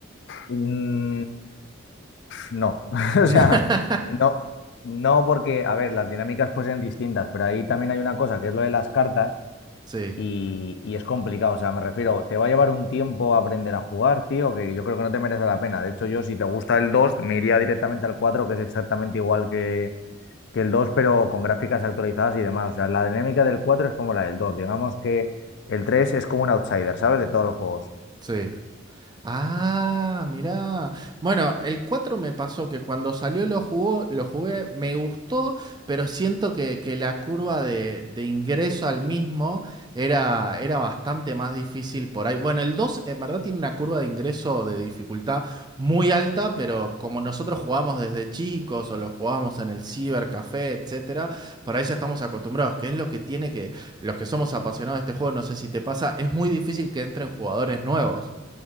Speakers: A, on the left; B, on the right.
A: Mm, no, <laughs> o
B: <laughs>
A: sea, no, no porque, a ver, las dinámicas pues son distintas, pero ahí también hay una cosa que es lo de las cartas
B: Sí,
A: y, y es complicado, o sea, me refiero, te va a llevar un tiempo aprender a jugar, tío, que yo creo que no te merece la pena. De hecho, yo si te gusta el 2 me iría directamente al cuatro que es exactamente igual que, que el dos pero con gráficas actualizadas y demás. O sea, la dinámica del 4 es como la del dos Digamos que el 3 es como un outsider, ¿sabes? De todos los juegos.
B: sí. Ah, mirá. Bueno, el 4 me pasó que cuando salió lo jugó, lo jugué, me gustó, pero siento que, que la curva de, de ingreso al mismo era, era bastante más difícil por ahí. Bueno, el 2, en verdad tiene una curva de ingreso de dificultad muy alta, pero como nosotros jugamos desde chicos o lo jugábamos en el cibercafé, etcétera, por ahí ya estamos acostumbrados, que es lo que tiene que, los que somos apasionados de este juego, no sé si te pasa, es muy difícil que entren jugadores nuevos.